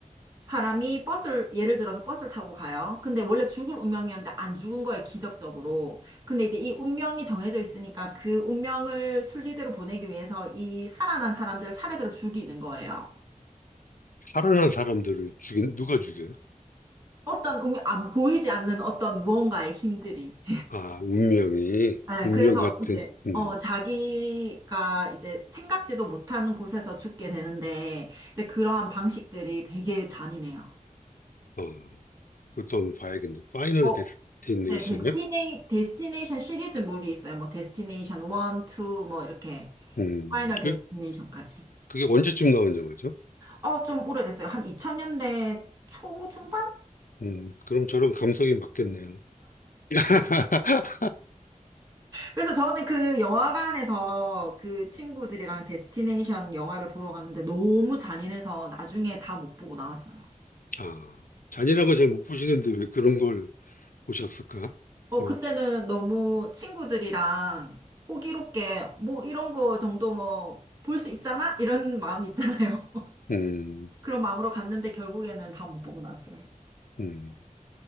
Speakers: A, on the right (about 20°); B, on the left (about 75°).
A: 사람이 버스를, 예를 들어서 버스를 타고 가요. 근데 원래 죽을 운명이었는데 안 죽은 거예요, 기적적으로. 근데 이제 이 운명이 정해져 있으니까 그 운명을 순리대로 보내기 위해서 이 살아난 사람들을 차례대로 죽이는 거예요.
B: 살아난 사람들을 죽인, 누가 죽여요?
A: 어떤 운명, 안, 보이지 않는 어떤 무언가의 힘들이.
B: 아, 운명이,
A: 네,
B: 운명
A: 그래서
B: 같은,
A: 이제,
B: 음,
A: 어, 자기가 이제 생각지도 못하는 곳에서 죽게 되는데, 이제 그러한 방식들이 되게 잔인해요.
B: 어. 그것도 한번 봐야겠네. 파이널
A: 어,
B: 데스티네이션이요?
A: 네, 데스티네, 데스티네이션 시리즈물이 있어요. 뭐, 데스티네이션 1, 2, 뭐, 이렇게,
B: 음,
A: 파이널 데스티네이션까지.
B: 그, 그게 언제쯤 나온 영화죠?
A: 어, 좀 오래됐어요. 한 2000년대 초중반?
B: 음, 그럼 저랑 감성이 맞겠네요. <laughs>
A: 그래서 저는 그 영화관에서 그 친구들이랑 데스티네이션 영화를 보러 갔는데 너무 잔인해서 나중에 다 못 보고 나왔어요.
B: 아, 잔인한 거 잘 못 보시는데 왜 그런 걸 보셨을까?
A: 어,
B: 요,
A: 그때는 너무 친구들이랑 호기롭게 뭐 이런 거 정도 뭐 볼 수 있잖아? 이런 마음 있잖아요. <laughs>
B: 음,
A: 그런 마음으로 갔는데 결국에는 다 못 보고 나왔어요.
B: 음.